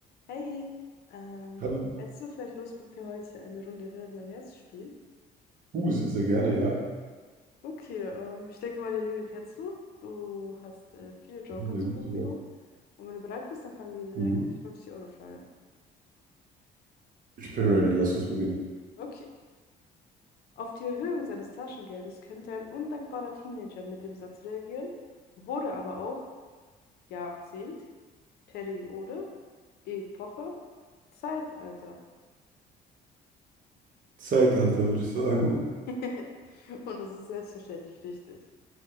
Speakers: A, on the left; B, on the right.
A: Hey, ähm,
B: Hallo.
A: hättest du vielleicht Lust, mit mir heute eine Runde Wer wird Millionär zu spielen?
B: Uh, sehr, sehr gerne, ja.
A: Okay, ähm, ich denke mal, die Regeln kennst du. Du hast äh, vier Joker
B: Ja, Sehr
A: zur
B: gut
A: Verfügung.
B: sogar.
A: Und wenn du bereit bist, dann fangen wir
B: Mhm.
A: direkt mit der 50-Euro-Frage an.
B: Ich bin ready, lass uns beginnen.
A: Okay. Auf die Erhöhung seines Taschengeldes könnte ein undankbarer Teenager mit dem Satz reagieren, wurde aber auch Jahrzehnt, Periode, Epoche, Zeitalter.
B: Zeitalter, würde ich sagen.
A: <laughs> Und das ist selbstverständlich richtig.